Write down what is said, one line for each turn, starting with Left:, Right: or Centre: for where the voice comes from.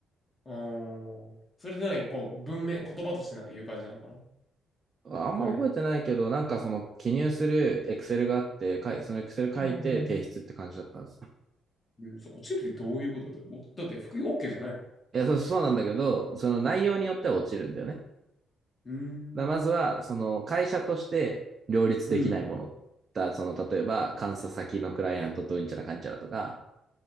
Left: あー、それで何、こう、文面、言葉としてなんか言う感じなのかな
Right: あんま覚えてないけど、
Left: これね、
Right: なんかその記入するエクセルがあって、そのエクセル書いて提出って感じだったんです。
Left: 冬が今うんそう落ちるってどういうことだって、おだって服 OK じゃないの
Right: いや、そう、そうなんだけど、その内容によっては落ちるんだよね。だか
Left: うーん。
Right: らまずは、その会社として両立できないもの。
Left: うん。
Right: だその、例えば、監査先のクライアントとうんちゃらかんちゃらとか、